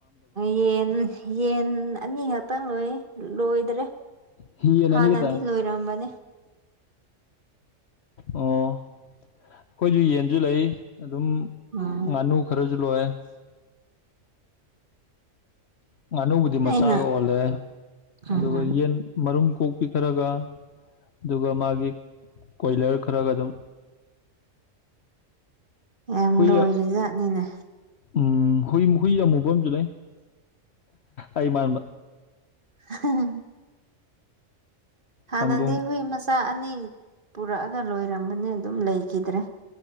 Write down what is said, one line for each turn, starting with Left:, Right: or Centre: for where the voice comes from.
Right: ꯌꯦꯟ ꯌꯦꯟ ꯑꯅꯤꯈꯛꯇꯪ ꯂꯣꯏꯌꯦ ꯂꯣꯏꯗ꯭ꯔꯦ
Left: ꯌꯦꯟ
Right: ꯍꯥꯟꯅꯗꯤ
Left: ꯑꯅꯤ ꯈꯛꯇ
Right: ꯂꯣꯏꯔꯝꯕꯅꯦ
Left: ꯑꯣ ꯑꯩꯈꯣꯏꯁꯨ ꯌꯦꯟꯁꯨ ꯂꯩ ꯑꯗꯨꯝ
Right: ꯎꯝ
Left: ꯉꯥꯅꯨ ꯈꯔꯁꯨ ꯂꯣꯏꯑꯦ ꯉꯥꯅꯨꯕꯨꯗꯤ
Right: ꯑꯩꯅ
Left: ꯃꯆꯥꯒ ꯑꯣꯜꯂꯦ
Right: ꯎꯝ
Left: ꯑꯗꯨꯒ ꯌꯦꯟ ꯃꯔꯨꯝ ꯀꯣꯛꯄꯤ ꯈꯔꯒ ꯑꯗꯨꯒ ꯃꯥꯒꯤ ꯀꯣꯏꯂꯔ ꯈꯔꯒ ꯑꯗꯨꯝ
Right: ꯌꯥꯝ
Left: ꯍꯨꯏ
Right: ꯂꯣꯏꯔꯤꯖꯥꯠꯅꯤꯅꯦ
Left: ꯎꯝ ꯍꯨꯏ ꯍꯨꯏ ꯑꯃꯨꯕ ꯑꯃꯁꯨ ꯂꯩ ꯑꯩ ꯃꯥꯟꯕ
Right: ꯍꯥ ꯍꯥ ꯍꯥꯟꯅꯗꯤ
Left: ꯍꯧꯗꯣꯡ
Right: ꯍꯨꯏ ꯃꯆꯥ ꯆꯥ ꯑꯅꯤ ꯄꯨꯔꯛꯑꯒ ꯂꯣꯏꯔꯝꯕꯅꯤ ꯑꯗꯨꯝ ꯂꯩꯈꯤꯗ꯭ꯔꯦ